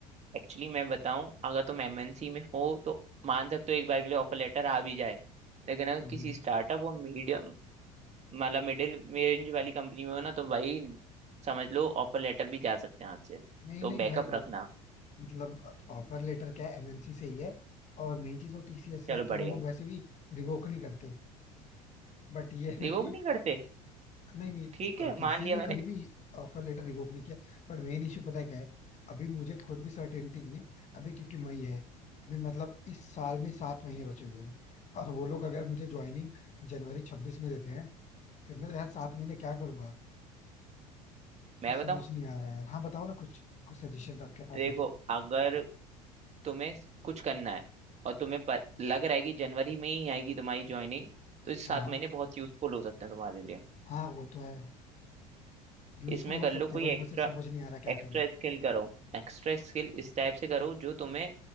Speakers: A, on the right; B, on the left.
A: एक्चुअली मैं बताऊं अगर तुम एमएनसी में हो तो मान सकते हो एक बार के लिए ऑफर लेटर आ भी जाए लेकिन अगर
B: हम्म
A: किसी
B: हम्म।
A: स्टार्टअप और मीडियम मतलब मिडिल रेंज वाली कंपनी में हो ना तो भाई समझ लो ऑफर लेटर भी जा सकते हैं हाथ से
B: नहीं
A: तो
B: नहीं
A: बैकअप
B: भाई वो
A: रखना
B: मतलब ऑफर लेटर क्या है एमएनसी से ही है और मेन चीज वो टीसीएस से
A: चलो
B: है तो
A: बढ़िया
B: वो लोग वैसे भी रिवोक नहीं करते बट ये है ना
A: रिवोक
B: कि
A: नहीं करते
B: नहीं नहीं
A: ठीक है
B: टीसीएस
A: मान लिया
B: ने
A: मैंने
B: कभी भी ऑफर लेटर रिवोक नहीं किया बट मेन इश्यू पता है क्या है अभी मुझे खुद भी सर्टेनिटी नहीं है अभी क्योंकि मई है अभी मतलब इस साल में सात महीने बचे हुए हैं और वो लोग अगर मुझे ज्वाइनिंग जनवरी छब्बीस में देते हैं फिर मैं तो यार सात महीने क्या करूंगा
A: मैं
B: कुछ समझ
A: बताऊं
B: नहीं आ रहा है यार हाँ बताओ ना कुछ कुछ सजेशन आपके पास
A: देखो
B: हो तो
A: अगर तुम्हें कुछ करना है और तुम्हें पर, लग रहा है कि जनवरी में ही आएगी तुम्हारी ज्वाइनिंग तो इस
B: हाँ
A: सात महीने बहुत यूजफुल हो सकते हैं तुम्हारे लिए
B: हाँ वो तो है यूजफुल
A: इसमें कर
B: हो
A: लो
B: सकते
A: कोई
B: हैं बट
A: एक्स्ट्रा
B: मुझे समझ नहीं आ रहा
A: एक्स्ट्रा
B: क्या करूं
A: स्किल करो एक्स्ट्रा स्किल इस टाइप से करो जो तुम्हें